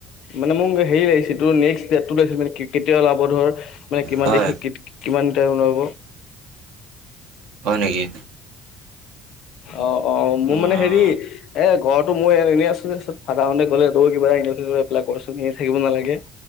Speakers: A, on the left (about 65°); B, on the right (about 75°).
A: মানে মোক হেৰি লাগিছে তোৰ নেক্সট ডটটো লাগিছিল মানে কে কেতিয়া ওলাব ধৰ মানে কিমান
B: হয়
A: তাৰিখে? কিত কিমান টাইম ওলাব?
B: হয় নেকি?
A: অ -অ মোৰ
B: অঁ
A: মানে হেৰি এ ঘৰত ত মই এনে আছো তাছত ফাডাৰ হতে ক'লে তই কিবা ইণ্টাৰভিউ চিনটাৰ্ভিউ এপ্লাই কৰচোন এনে থাকিব নালাগে।